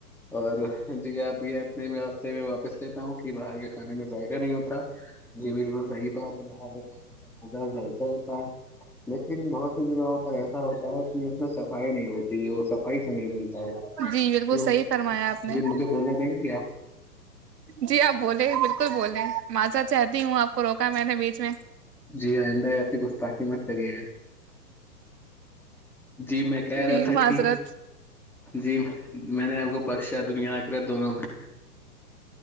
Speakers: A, in the centre; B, on the right.
A: اور جی آپ یہ اپنے راستے میں واپس لیتا ہوں کہ باہر کے کھانے میں ذائقہ نہیں ہوتا جی بالکل صحیح بات ہے باہر کےھت تا ہے لیکن بہت سی جگہوں پر ایسا ہوتا ہے کہ اس میں سب صائی نہیں ہوتی یہ صفائی سے نہیں بنتا ہے
B: جی بالکل
A: کی
B: صحیح فرمایا آپ نے
A: جی مجھے بولنا دیںے آپ
B: جی آپ بولے بالکل بولے معذا چاہتی ہوں آپ کو روکا میں نے بیچ میں
A: جی آئندہ ایسی گفتاخی مت کری ہیں جی میں کہہ
B: جی
A: رہا تھا
B: معذرت
A: کہ جی میں نے آپ کو بخشا دنیا آ کررا دونوں میں